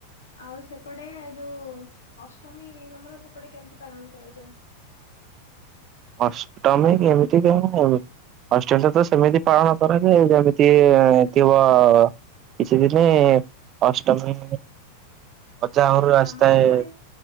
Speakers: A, on the left (about 65°); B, on the right (about 30°).
A: ଆଉ ସେପଟେ ଯୋଉ ଓ ଅଷ୍ଟମୀ ତମ ର ସେପଟେ କେମିତି ପାଳନ କରାଯାଏ?
B: ଅଷ୍ଟମୀ ବି ଏ ମିତି ଆଉ <unintelligible> ଅଷ୍ଟମୀ ତ ସେମିତି ପାଳନ କରାଯାଏ, ଯିଏ ଥିବ କିଛି ଦିନି ଅଷ୍ଟମୀ ଅଜା ଘର
A: ଉଁ
B: ଆସିଥାଏ
A: ଆମର ଏପଟେ